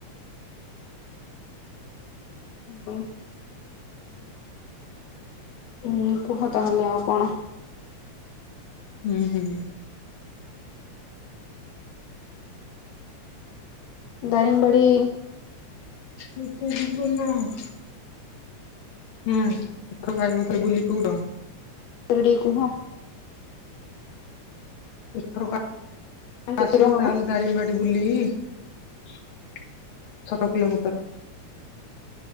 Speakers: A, on the left; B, on the left.
A: ହାଲୋ ହୁଁ କୁହ ତାହେଲେ ଆଉ କଣ?
B: ହୁଁ ହୁଁ।
A: ଦାରିଙ୍ଗ୍ ବାଡ଼ି।
B: <unintelligible> ହୁଁ <unintelligible> ଥରେ ବୁଲି କଉଠ
A: ତଡ଼ି ଟିକେ କୁହ
B: ଏଥର କ
A: କେତେ
B: ଆସିବ
A: ଦୂର ହବ
B: ତାହେଲେ ଦାରିଙ୍ଗ ବାଡ଼ି ବୁଲେଇବି ଛଅ କିଲୋମିଟର।